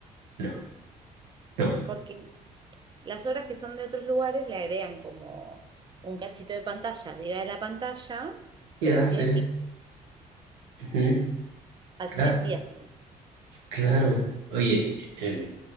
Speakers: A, on the right; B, on the right.
A: no, no.
B: Porque Las obras que son de otros lugares le agregan como un cachito de pantalla arriba de la pantalla,
A: Ya
B: pero al cine
A: sé.
B: sí,
A: Ujú.
B: al
A: Cla-
B: cine sí así.
A: claro. Oye, el-